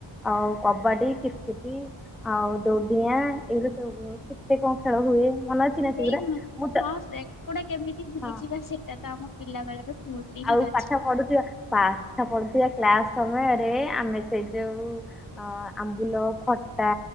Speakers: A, in the centre; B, on the left (about 45°).
A: ଆଉ କବାଡି କିତକିତ୍ ଆଉ ଦଉଡିଆଁ ଏଗୁରା ସବୁ କେତେ କଣ ଖେଳ ହୁଏ ମନେ ଅଛି। ନା
B: ସେଇ
A: ସେଗୁରା ମୁଁ ତ
B: ହଁ ସେଗଡା କେମିତି ଭୁଲିଯିବା
A: ହଁ
B: ସେଟା ତ ଆମ ପିଲା ବେଳର ସ୍ମୃତି ହିଁ
A: ଆଉ
B: ଅଛି।
A: ପାଠ ପଢୁଥିବା ପାଠ ପଢୁଥିବା କ୍ଲାସ ସମୟରେ ଆମେ ସେ ଯୋଉ ଅ ଆମ୍ବୁଲ ଖଟା